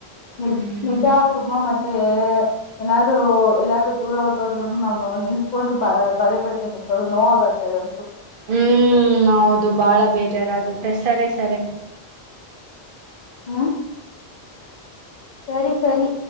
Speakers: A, on the left; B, on the right.
A: ನಿ
B: ಹ್ಮ್
A: ನಿಜ ತುಂಬಾ ಮತ್ತೆ ಏನಾದುಎಲ್ಲಾದೂ ದೂರ ಹೊಟ್ಟೋದ್ರು ನಾನೆನ್ಸ್ಕೊಂಡ ತೊಂಡ ಪದ ಪಡ್ತೇನೆ ನೋ ಆಗತ್ತೆ ಅದಂತೂ
B: ಹ್ಮ್ ಹೌದು ಬಾಳ ಬೇಜಾರಾಗುತ್ತೆ ಸರಿ ಸರಿ
A: ಹ್ಮ್ ಸರಿ ಸರಿ